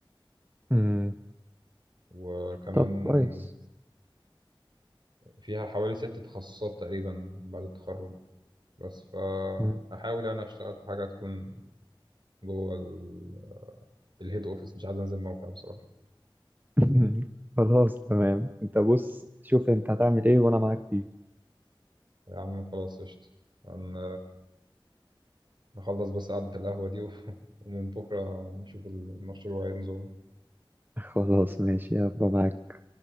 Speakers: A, on the right; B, on the right.
A: امم
B: وكمان
A: طب كويس
B: فيها حوالي ست تخصصات تقريبا بعد التخرج بس فأحاول
A: مم.
B: يعني أشتغل في حاجة تكون جوه ال- الهيد أوفيس مش عايز أنزل موقع بصراحة
A: <laughs> خلاص تمام انت بص شوف انت هتعمل ايه وانا معاك فيه
B: يا عم خلاص قشطة هن- نخلص بس قعدة القهوة دي و- <laughs> ومن بكرة نشوف المشروع هينزل
A: <laughs> خلاص ماشي هبقى معاك